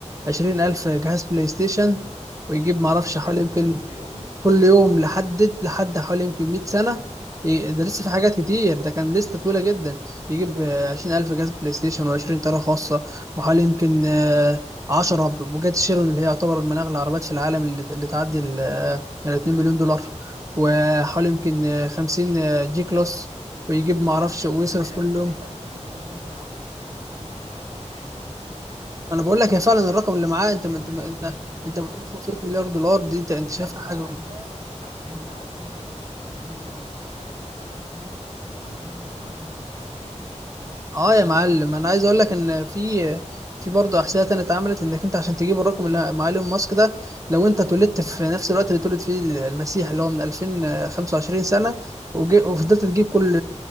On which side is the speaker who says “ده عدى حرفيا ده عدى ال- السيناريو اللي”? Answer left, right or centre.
Right